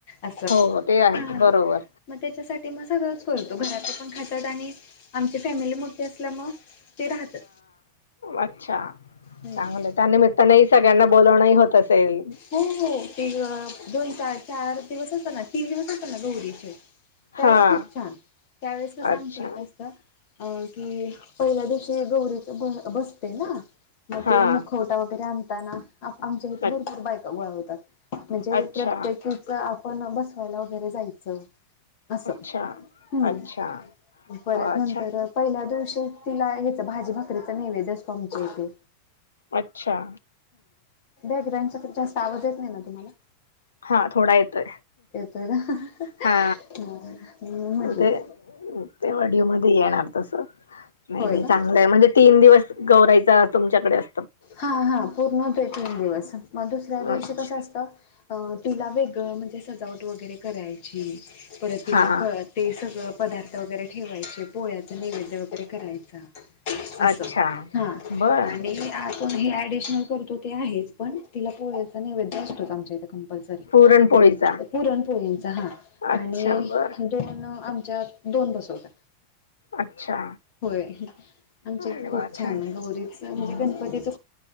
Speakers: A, on the left; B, on the left.
A: असं
B: हो, हो ते आहे
A: ह.
B: बरोबर.
A: मग त्याच्यासाठी म सगळच करतो घरातलं पण खचत आणि आची फॅमिली मोठी असल्या मग ते राहतात.
B: अच्छा
A: हम्म
B: चांगलं त्यानिमित्तानेही सगळ्यांना बोलणंही होत. सल
A: हो हो ते दोनार चार दिवस होत ना तीन दिवस होत ना गौरीचे त्यावेेळेस
B: हां,
A: खूप छान त्यावेळेस कसं
B: अच्छा.
A: आमच यत असत अ की, पहिल्या दिवशी गौरीच बसते ना मग
B: हां.
A: ते मुखवटा वगैरे आण <unintelligible> आमच्या इथे
B: अ
A: भरपूर बायका गोळा होतात, म्हणजे
B: अच्छा,
A: प्रत्येकीचं पण बसवायला वगैरे जायचं. असं
B: अच्छा,
A: हम्म,
B: अच्छा.
A: परत
B: हो,
A: नंतर
B: अच्छा.
A: पहिल्या दिवशी तिला याच भाजी भाकरीच नैवेद असतो आमचे इथे,
B: अच्छा!
A: ह जास्त आवाज येत नाही ना तुम्हाला,
B: हा थोडा येतोय.
A: येतोय का
B: हा
A: म्हणून म्हटलं
B: ते ते ऑडिओमध्य येणार तस नाही
A: होय
B: नाही
A: का
B: चांगलं आहे म्हणजे तीन दिवस गौरायचा तुमच्याकडे अस
A: हा हा पूर्ण होतोय तीन दिवस मग दुसऱ्या दिवशी
B: अच्छा
A: कसं असतं. अ तिला वेगळं म्हणजे सजावट वगैरे करायची परत तिला
B: हा
A: फ ते सगळं पदार्थ वगैरे ठेवायचे पोळ्याच निवेद्य वगैरे करायचा. असं
B: अच्छा
A: हा
B: बर
A: आणि, हे ऍडिशनल करतो, ते आहेच पण तिला पोळ्याचा नैवेद्य असतो चं आमच्या इथे कंपलसरी
B: पुरणपोळीचा
A: पुरणपोळींचा हा
B: अच्छा
A: आणि
B: बर
A: अजुन आम च्यात दोन बसवतात.
B: अच्छा
A: होय. आमच्या
B: अरे
A: इथ खूप
B: वा
A: छान गौरीच, म्हणजे
B: हम्म.
A: गणपतीच